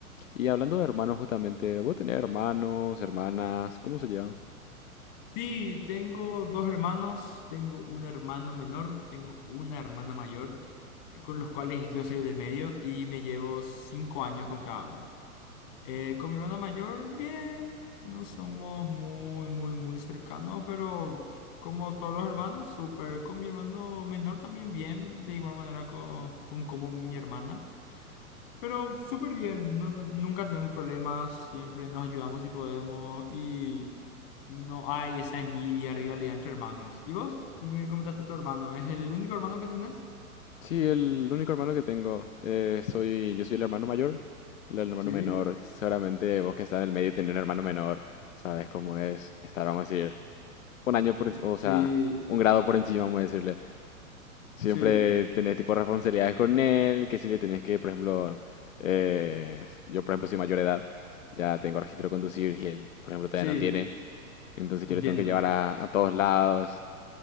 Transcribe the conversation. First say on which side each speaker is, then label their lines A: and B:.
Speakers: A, on the left (about 60°); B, on the left (about 40°).
A: Y hablando de hermanos, justamente, ¿vos tenés hermanos, hermanas? ¿Cómo se llevan?
B: Sí, tengo dos hermanos, tengo un hermano menor, tengo una hermana mayor, eh, con los cuales yo soy del medio y me llevo cinco años con cada uno. Eh, con mi hermana mayor, bien, no somos muy, muy, muy cercanos, pero como todos los hermanos, súper. Con mi hermano menor también bien, de igual manera co- con, como mi hermana. Pero súper bien, no, te- nunca tenemos problemas, siempre nos ayudamos si podemos y no hay esa envidia, rivalidad entre hermanos. ¿Y vos? Me comentaste tu hermano, ¿es el único hermano que tenés?
A: Sí, el único hermano que tengo. eh, soy, yo soy el hermano mayor, el hermano
B: Sí,
A: menor. Seguramente vos que estás en el medio y tenés un hermano menor, sabes cómo es estar, vamos a decir, un año por encima, o
B: Sí,
A: sea, un grado por encima, vamos a decirle. Siempre
B: sí,
A: tenés tipo responsabilidades con él, que si le tenés que, por ejemplo, eh, yo por ejemplo soy mayor de edad, ya tengo registro de conducir y él, por ejemplo, todavía
B: sí,
A: no tiene. Entonces
B: entiendo.
A: yo le tengo que llevar a, a todos lados.